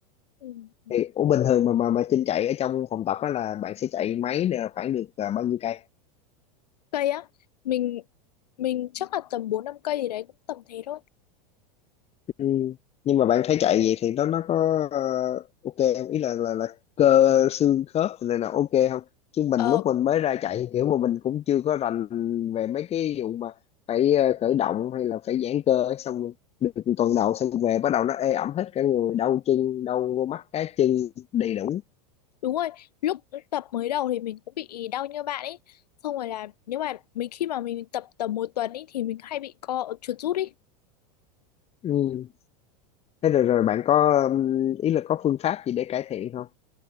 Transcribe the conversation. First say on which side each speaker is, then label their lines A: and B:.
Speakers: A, on the left; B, on the left.
A: ừ, ừ.
B: Thì ủa bình thường mà mà mà Trinh chạy ở trong phòng tập á là bạn sẽ chạy máy là khoảng được ờ, bao nhiêu cây?
A: Cây á, mình mình chắc là tầm 4 5 cây gì đấy cũng tầm thế thôi.
B: Ừ. Nhưng mà bạn thấy chạy vậy thì nó nó có ờ, ok không? Ý là là là cơ xương khớp này là ok không? Chứ mình
A: Ờ,
B: lúc mình mới ra chạy kiểu mà mình cũng chưa có rành về mấy cái vụ mà phải ờ, khởi động hay là phải giãn cơ ấy, xong rồi được tuần đầu xong về bắt đầu nó ê ẩm hết cả người đau chân đau vô mắt cá chân đầy đủ.
A: Đúng rồi, lúc tập mới đầu thì mình cũng bị đau như bạn ấy. Xong rồi là nếu mà mình khi mà mình tập tầm một tuần ấy thì mình hay bị co chuột rút ấy.
B: Ừ. Thế rồi rồi bạn có ừm, ý là có phương pháp gì để cải thiện không?